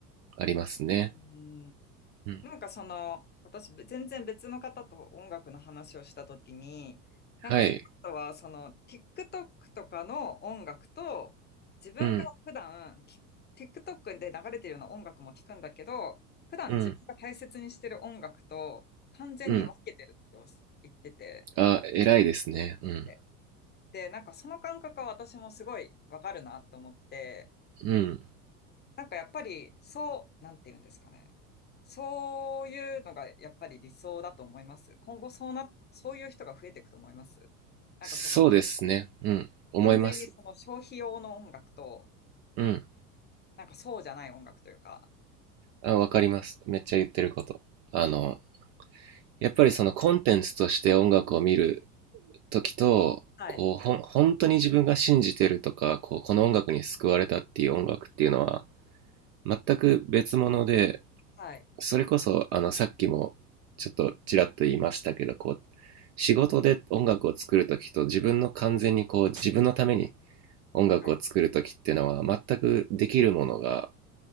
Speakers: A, on the right; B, on the left.
A: ありますね。
B: に。うん
A: うん。
B: なんかその、私、全然別の方と音楽の話をしたときに、なんかその人は、
A: はい。
B: その、TikTok とかの音楽と、自分が普段、
A: うん。
B: き TikTok で流れてるような音楽も聞くんだけど、普段自分が大切にしてる音楽と、
A: うん。
B: 完全に分けてるっておっ言ってて、
A: うん。あ、偉いですね。
B: 残して
A: うん。
B: で、なんかその感覚は私もすごいわかるなと思って、
A: うん。
B: なんかやっぱり、そう、なんて言うんですかね。そういうのがやっぱり理想だと思います。今後そうな、そういう人が増えていくと思います。なんかその、
A: そうですね。うん。思います。
B: 完全にその消費用の音楽と、
A: うん。
B: なんかそうじゃない音楽というか。
A: あ、わかります。めっちゃ言ってること。あの、やっぱりそのコンテンツとして音楽を見るときと、
B: はい。
A: こう、ほん、本当に自分が信じてるとか、こう、この音楽に救われたっていう音楽っていうのは、全く別物で、
B: はい。
A: それこそあのさっきもちょっとちらっと言いましたけどこう仕事で音楽を作るときと自分の完全にこう自分のために音楽を作るときっていうのは全くできるものが
B: はい。